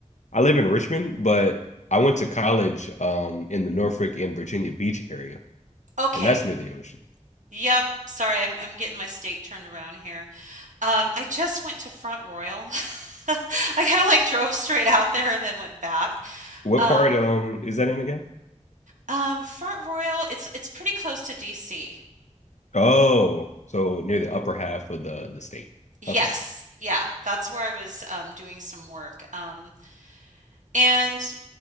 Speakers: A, on the left; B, on the right.
A: I live in Richmond, but I went to college um in the Norfolk and Virginia Beach area,
B: Okay.
A: and that's near the ocean.
B: Yep. Sorry, I'm I'm getting my state turned around here. Um, I just went to Front Royal. <laughs> I kind of like drove straight out there and then went back.
A: What
B: Um,
A: part um is that in again?
B: um, Front Royal, it's it's pretty close to DC.
A: Oh, so near the upper half of the the state.
B: Yes,
A: Okay,
B: yeah, that's where I was um, doing some work. Um. And